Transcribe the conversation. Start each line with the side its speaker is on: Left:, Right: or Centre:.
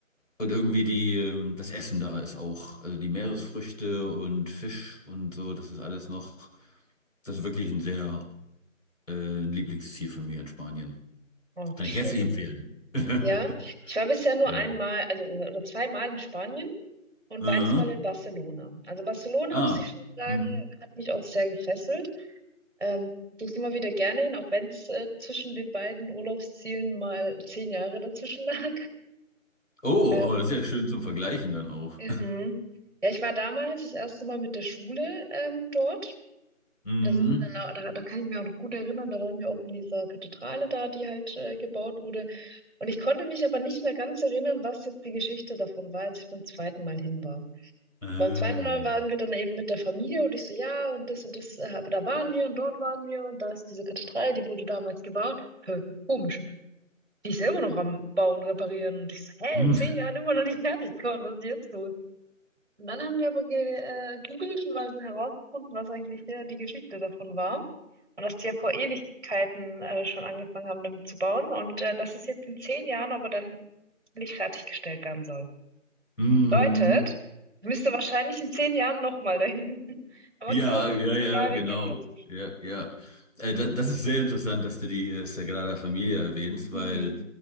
Left: und irgendwie die, ähm, das Essen da ist auch, also die Meeresfrüchte und Fisch und so, das ist alles noch, das ist wirklich ein sehr äh, ein Lieblingsziel von mir in Spanien.
Right: Oh.
Left: Kann
Right: Schön.
Left: ich herzlich empfehlen. <laughs>
Right: Ja, ich war bisher nur
Left: Ja.
Right: einmal, also oder oder zweimal in Spanien und
Left: Äh,
Right: beides Mal in Barcelona. Also Barcelona,
Left: ah.
Right: muss ich schon sagen,
Left: Mhm.
Right: hat mich auch sehr gefesselt. Ähm, gehe ich immer wieder gerne hin, auch wenn es äh, zwischen den beiden Urlaubszielen mal zehn Jahre dazwischen lag.
Left: Oh,
Right: Ähm,
Left: aber das ist ja schön zum Vergleichen dann auch.
Right: mhm. Ja, ich war damals das erste Mal mit der Schule ähm, dort.
Left: <laughs> Mhm.
Right: Da sind wir dann, da, da kann ich mich auch noch gut erinnern, da waren wir auch in dieser Kathedrale da, die halt äh, gebaut wurde. Und ich konnte mich aber nicht mehr ganz erinnern, was jetzt die Geschichte davon war, als ich beim zweiten Mal hin war.
Left: Ähm.
Right: Beim zweiten Mal waren wir dann eben mit der Familie und ich so, ja, und das und das, äh, aber da waren wir und dort waren wir und da ist diese Kathedrale, die wurde damals gebaut. Hä, komisch. Die ist ja immer noch am Bauen, reparieren. Und ich so, hä,
Left: <laughs>
Right: in zehn Jahren immer noch nicht fertig geworden, was ist jetzt los? Und dann haben wir aber äh, gegoogelt und mal so herausgefunden, was eigentlich äh, die Geschichte davon war. Und dass die ja vor Ewigkeiten äh, schon angefangen haben, damit zu bauen und äh, dass es jetzt in zehn Jahren aber dann nicht fertiggestellt werden soll.
Left: Mhm.
Right: Bedeutet, ich müsste wahrscheinlich in zehn Jahren nochmal dahin. <laughs> Aber
Left: Ja,
Right: ich immer so
Left: ja,
Right: ein zehn
Left: ja,
Right: Jahre
Left: genau.
Right: Gap dazwischen.
Left: Ja, ja. Äh, da, das ist sehr interessant, dass du die äh, Sagrada Familia erwähnst,
Right: Mhm.
Left: weil